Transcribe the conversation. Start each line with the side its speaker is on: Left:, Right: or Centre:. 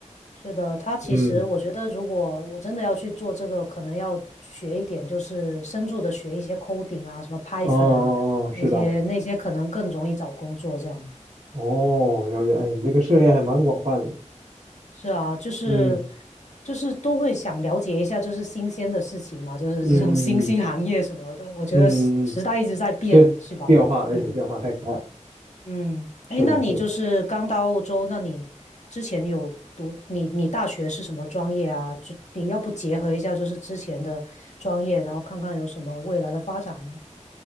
Left: 是的，他其实我觉得，
Right: 嗯，
Left: 如果我真的要去做这个，可能要学一点，就是深入的学一些 coding 啊，什么 Python
Right: 哦哦哦，
Left: 啊，
Right: 是的，
Left: 那些那些可能更容易找工作这样。
Right: 哦，了解。哎，你这个涉猎还蛮广泛的。
Left: 嗯，是是啊，就是
Right: 嗯
Left: 就是都会想了解一下，就是新鲜的事情嘛，就是这种新兴行业什么的，
Right: 嗯嗯嗯
Left: 我觉得时时代一直在变，
Right: 嗯嗯，嗯，是变化，
Left: 是吧？
Right: 而且变化太快了。
Left: 嗯。嗯，
Right: 是的，
Left: 哎，那你就是刚到澳洲，
Right: 是的。
Left: 那你之前有读你你大学是什么专业啊？就你要不结合一下就是之前的专业，然后看看有什么未来的发展呢？